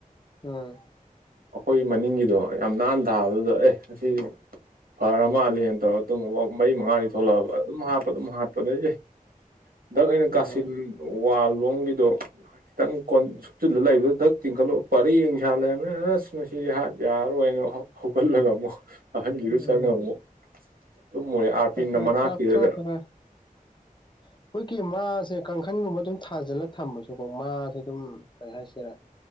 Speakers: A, on the left; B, on the right.
A: ꯎꯝ
B: ꯑꯩꯈꯣꯏ ꯃꯅꯤꯡꯒꯤꯗꯣ ꯌꯥꯝ ꯅꯥꯟ ꯊꯥꯕꯗꯨꯗ ꯑꯦ ꯑꯁꯤꯗꯤ ꯐꯔ ꯃꯥꯜꯂꯦꯅ ꯇꯧꯔꯒ ꯇꯨꯝꯃꯨꯕꯨ ꯃꯔꯤ ꯃꯉꯥꯗꯤ ꯊꯣꯛꯂꯛꯑꯕ ꯑꯗꯨꯝ ꯍꯥꯠꯄ ꯑꯗꯨꯝ ꯍꯥꯠ ꯑꯗꯩꯗꯤ ꯗꯛ ꯑꯩꯅ
A: ꯎꯝ
B: ꯀꯥꯁꯤꯜ ꯋꯥꯜ ꯂꯣꯝꯒꯤꯗꯣ ꯈꯤꯇꯪ ꯀꯣꯟ ꯁꯨꯞꯆꯤꯜꯂꯥ ꯂꯩꯕꯗꯨꯗ ꯗꯛ ꯇꯤꯡꯈꯠꯂꯨꯕ ꯄꯔꯦꯡ ꯁꯥꯜꯅ ꯂꯩꯔꯝꯃꯦ ꯑꯁ ꯃꯁꯤꯗꯤ ꯍꯥꯠ ꯌꯥꯔꯣꯏꯅ ꯍꯧꯒꯠꯂꯒ ꯑꯃꯨꯛ ꯑꯍꯟꯒꯤꯗꯨ
A: ꯎꯝ
B: ꯆꯪꯉ ꯑꯃꯨꯛ ꯇꯨꯝꯃꯨꯔꯦ ꯑꯔꯄꯤꯜ
A: ꯈꯔ ꯈꯔ
B: ꯃꯅꯥꯛꯀꯤꯗꯨꯗ
A: ꯀꯥꯞꯊꯣꯛꯈ꯭ꯔꯒ ꯑꯩꯈꯣꯏꯒꯤ ꯃꯥꯁꯦ ꯀꯥꯡꯈꯟꯒꯨꯝꯕ ꯑꯗꯨꯝ ꯊꯥꯖꯤꯜꯂꯥ ꯊꯝꯕꯁꯨꯀꯣ ꯃꯥꯁꯦ ꯑꯗꯨꯝ ꯀꯩ ꯍꯥꯏꯁꯤꯔꯥ